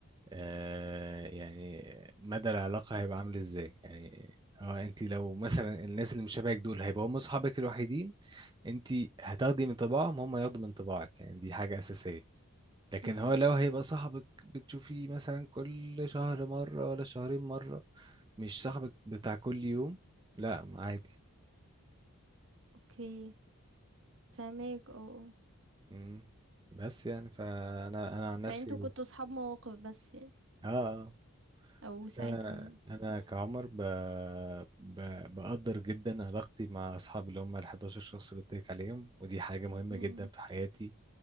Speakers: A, on the right; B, on the right.
A: آه يعني مدى العلاقة هيبقى عامل ازاي يعني هو انت لو مثلا الناس اللي مش شبهك دول هيبقوا هم اصحابك الوحيدين انت هتاخدي من طباعهم هم ياخدوا من طباعك يعني دي حاجة أساسية لكن
B: مم.
A: هو لو هيبقى صاحبك بتشوفيه مثلا كل شهر مرة ولا شهرين مرة مش صاحبك بتاع كل يوم لا عادي
B: اوكي فاهمك اه آه.
A: مم. بس يعني فانا انا عن نفسي
B: فانتوا كنتوا صحاب مواقف بس يعني
A: اه آه.
B: او
A: بس
B: ساعتها
A: انا
B: يعني
A: انا
B: مم.
A: كعمر ب... ب... بقدر جدا علاقتي مع اصحابي اللي هم ال 11 شخص اللي قلت لك عليهم ودي حاجه مهمه
B: مم.
A: جدا في حياتي